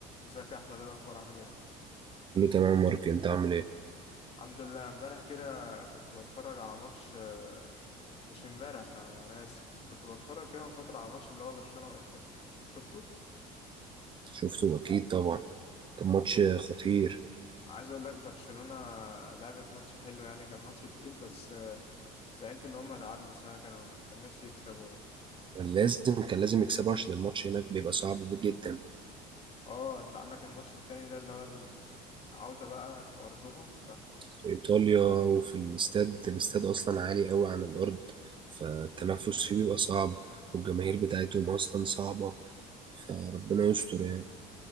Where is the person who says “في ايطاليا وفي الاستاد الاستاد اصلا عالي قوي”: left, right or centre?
Right